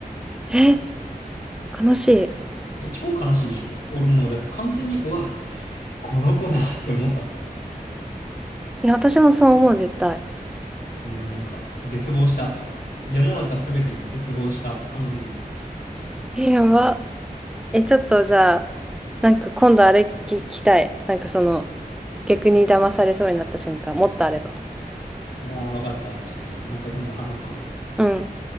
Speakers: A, in the centre; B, on the left (about 85°).
A: え、悲しい。
B: え、超悲しいでしょ俺もうだって完全に、うわ、この子だって思ったもん。
A: いや、私もそう思う、絶対。
B: もうなんか、絶望した。世の中すべてに絶望した、あの時に。
A: え、やば。え、ちょっとじゃあ、なんか今度あれ聞きたい。なんかその、逆に騙されそうになった瞬間、もっとあれば。
B: ああ、わかった。ちょっと、また今度話すわ。
A: うん。